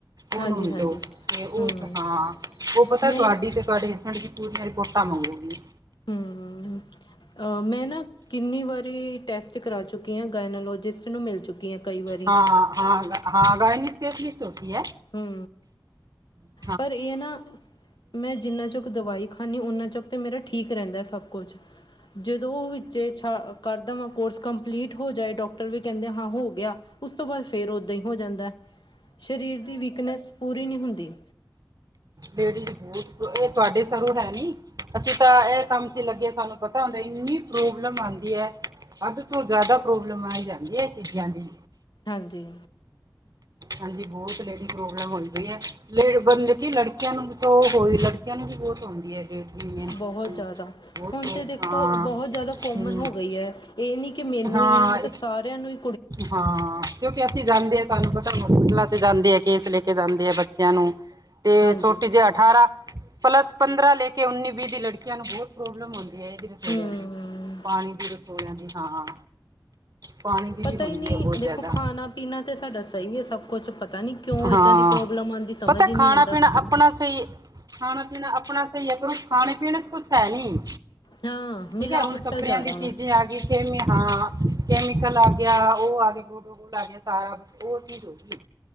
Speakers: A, on the right; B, on the left.
A: ਉਹਨੂੰ
B: ਹਾਂਜੀ
A: ਮਿਲੋ
B: ਹਾਂਜੀ
A: ਤੇ ਉਹ
B: ਹੂੰ
A: ਹਾ ਉਹ ਪਤਾ
B: ਨਹੀਂ
A: ਤੁਹਾਡੀ ਤੇ ਤੁਹਾਡੇ ਹ, ਹੁਣ ਦੀਜੀ ਤੂ ਮੇਰੀ ਰਿਪੋਰਟਾਂ ਮੰਗੂਗੀ।
B: ਹੂੰ ਅਹ ਮੈਂ ਨਾ ਕਿੰਨੀ ਵਾਰੀ, ਟੈਸਟ ਕਰਾ ਚੁੱਕੀਆਂ ਹ ਗਾਇਨਾਲੋਜਿਸਟ ਨੂੰ ਮਿਲ ਚੁੱਕੀ। ਹਾਂ ਕਈ ਵਾਰੀ
A: ਹਾਂ, ਹਾਂ, ਹਾਂ ਗਾਇਨੀ ਸਪੇਸ਼ਲਿਸਟ ਹੋਤੀ ਹੈ।
B: ਹੂੰ
A: ਹੂੰ।
B: ਪਰ ਇਹ ਨਾ ਮੈਂ ਜਿੰਨਾ ਚੁੱਕ ਦਵਾਈ ਖਾਦੀ ਹਾ। ਹਾਂਜੀ ਉਹਨਾਂ ਚੁਕ ਮੇਰਾ ਠੀਕ ਰਹਿੰਦਾ ਸਭ ਕੁਝ ਜਦੋਂ ਵਿੱਚੇ ਛੱਡ ਕਰਨ ਓਹ ਕੋਰਸ ਕੰਪਲੀਟ ਹੋ ਜਾਏ ਡਾਕ ਵੀ ਕਹਿੰਦੇ ਹਾਂ ਹੋ ਗਿਆ ਉਸ ਤੋਂ ਬਾਅਦ ਫੇਰ ਓਦਾਂ ਹੀ ਹੋ ਜਾਂਦਾ। ਸਰੀਰ ਦੀ ਵੀਕਨੈਸ ਪੂਰੀ ਨਹੀਂ ਹੁੰਦੀ।
A: ਲੇਡੀਜ਼ ਬੂ ਇਹ ਤੁਹਾਡੇ ਸਰੋ ਹੈ ਨੀ ਅਸੀਂ ਤਾਂ ਇਹ ਕੰਮ ਚ ਲੱਗੇ ਸਾਨੂੰ ਪਤਾ ਸਾਨ ਤੇ ਇੰਨੀ ਪ੍ਰੋਬਲਮ ਆਉਂਦੀ ਹੈ ਹਧ ਤੋਂ ਜਿਆਦਾ ਪ੍ਰੋਬਲਮ ਆਈ ਜਾਂਦੀ ਹੈ। ਚੀਆਂ ਨੇ।
B: ਹਾਂਜੀ।
A: ਹਾਂਜੀ ਬਹੁਤ ਲੇਡੀ ਪ੍ਰੋਬਲਮ ਹੋਈ ਪਈ ਹੈ। ਲ ਬੰਲ ਕਿ ਲੜਕੀਆਂ ਨੂੰ ਵੀ ਤੇ ਹੋਈਹੈ ਲੜਕੀਆਂ ਨੂੰ ਵੀ ਬਹੁਤ ਹਉਂਦੀ ਹੈ। ਲੇਡੀ ਐਨਸੀ
B: ਬਹੁਤ
A: ਦੀ
B: ਜ਼ਿਆਦਾ,
A: ਬਹੁਤ
B: ਹੁਣ
A: ਪ੍ਰੋ-
B: ਤੇ ਦੇਖੋ
A: ਹਾਂ
B: ਬਹੁਤ ਜ਼ਿਆਦਾ ਕੋਮਨ
A: ਹਮ,
B: ਹੋ ਗਈ ਹੈ। ਇਹ ਨੀ ਕਿ ਮੈਨੂੰ
A: ਹਾਂ
B: ਹੀ ਹੈ ਮਤਲਬ
A: ਇੱਕ
B: ਸਾਰਿਆਂ ਨੂੰ ਹਿ
A: ਹਾਂ। ਕਿਉਂਕਿ ਅਸੀਂ ਜਾਂਦੇ ਹਾਂ ਸਾਨੂੰ ਪਤਾ ਹੋਸਪਿਟਲਾਂ 'ਤੇ ਜਾਂਦੇ ਆ ਕੇਸ ਲੈ ਕੇ ਜਾਂਦੇ ਹੈ ਬੱਚਿਆਂ ਨੂੰ, ਤੇ
B: ਹਾਂਜੀ
A: ਛੋਟੀ ਜਿਹੀ ਅਠਾਰਾਂ ਪਲੱਸ ਪੰਦਰਾਂ ਲੈ ਕੇ ਉੱਨੀ ਵੀਹ ਦੀ ਲੜਕੀਆਂ ਨੂੰ ਬਹੁਤ, ਪ੍ਰੋਬਲਮ ਹੁੰਦੀ ਹੈ ਇਹਦੀ ਰਸੋਲੀਆਂ
B: ਹਮ
A: ਦੀ ਪਾਣੀ ਦੀ ਰਸੋਲੀਆਂ ਦੀ ਹਾਂ ਪਾਣੀ ਦੀ
B: ਪਤਾ
A: ਵੀ ਹੁੰਦੀ
B: ਹੀ ਨਹੀਂ
A: ਹੈ ਬਹੁਤ
B: ਦੇਖੋ
A: ਜ਼ਿਆਦਾ
B: ਖਾਣਾ ਪੀਣਾ ਤੇ ਸਾਡਾ ਸਹੀ ਹੈ ਸਭ ਕੁਛ ਪਤਾ ਨੀ ਕਿਉਂ ਏਦਾਂ
A: ਹਾਂ
B: ਦੀ ਪ੍ਰੋਬਲਮ ਆਉਂਦੀ ਸਮਝ
A: ਪਤਾ
B: ਹੀ ਨਹੀਂ
A: ਖਾਣਾ
B: ਆਉਂਦਾ
A: ਪੀਣਾ ਆਪਣਾ ਸਹੀ। ਖਾਣਾ ਪੀਣਾ ਆਪਣਾ ਸਹੀ ਹੈ ਪਰ ਖਾਣੇ ਪੀਣ ਚ ਕੁਛ ਹੈ ਨਹੀਂ।
B: ਹਾਂ ਮਿਲਾਵਟਾਂ
A: ਠੀਕ ਹੈ, ਹੁਣ ਸਪਰਿਆਂ
B: ਜ਼ਿਆਦਾ
A: ਦੀ ਚੀਜ਼ਾ
B: ਵਾ
A: ਆ ਗਈ ਕਿਵੇ ਹਾਂ ਕੈਮੀਕਲ, ਆ ਗਈ। ਗਿਆ ਉਹ ਆ ਗਿਆ ਗੋਡੋ ਕੋਲ ਆ ਗਿਆ ਸਾਰਾ ਬਸ ਉਹ ਚੀਜ਼ ਹੋ ਗਈ